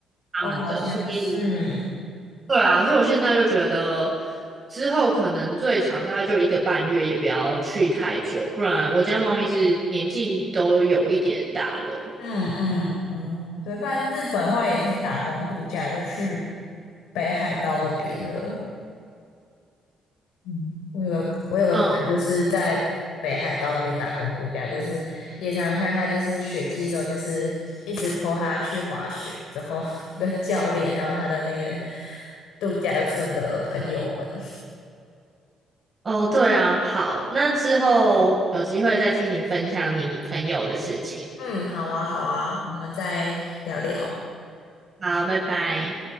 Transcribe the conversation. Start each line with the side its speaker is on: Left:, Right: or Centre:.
Right: 它们的，
Left: 哦，好像是，
Right: 所以
Left: 嗯
Right: 对啊，所以我现在就觉得，之后可能最长大概就一个半月，也不要去太久，不然我家猫咪是年纪都有一点大了。
Left: 嗯嗯嗯，对，不然日本的话也可以打工度假，就去北海道那边了。嗯，我有个我有个朋友就是在北海道那边打工度假，
Right: 嗯，
Left: 就是也常常看他就是雪季的时候，就是一直 po 他去滑雪，之后 <laughs> 跟教练还有他的那个度假村的朋友们。
Right: 哦，对啊，好，那之后有机会再听你分享你朋友的事情。
Left: 嗯，好啊，好啊，我们再聊聊。
Right: 好，拜拜。